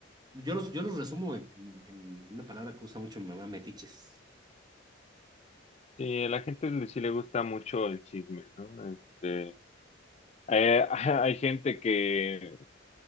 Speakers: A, on the right (about 20°); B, on the left (about 35°).
A: Yo los, yo los resumo en, en- en- en una palabra que usa mucho mi mamá, metiches. <laughs>
B: Sí, a la gente le- sí le gusta mucho el chisme, ¿no? Este, eh, <laughs> hay gente que